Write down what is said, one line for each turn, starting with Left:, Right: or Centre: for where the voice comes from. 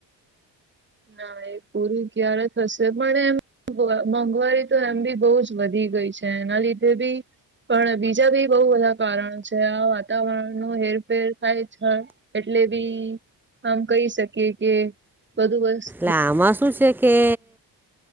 Right: ના એ પૂરું ક્યારે થશે પણ એમ મોંઘવારી તો એમ બી બહુ જ વધી ગઈ છે એના લીધે બી પણ બીજા બી બહુ બધા કારણો છે આ વાતાવરણ ન હેરફેર થાય છે એટલે બી આમ કહી શકીએ કે વધધું બસ
Centre: લામાં શું છે કે